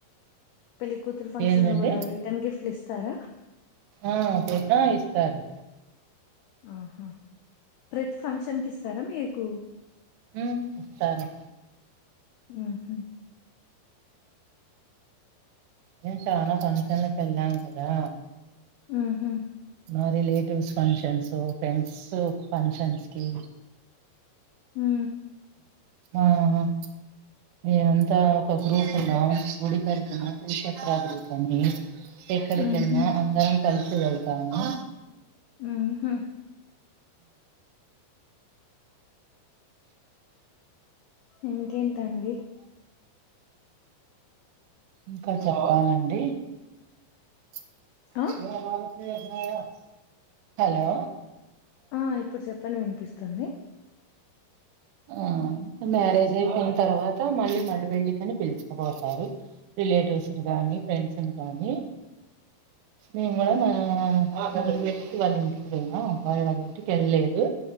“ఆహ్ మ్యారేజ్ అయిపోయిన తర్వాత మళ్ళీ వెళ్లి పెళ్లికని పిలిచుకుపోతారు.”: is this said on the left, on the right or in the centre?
Right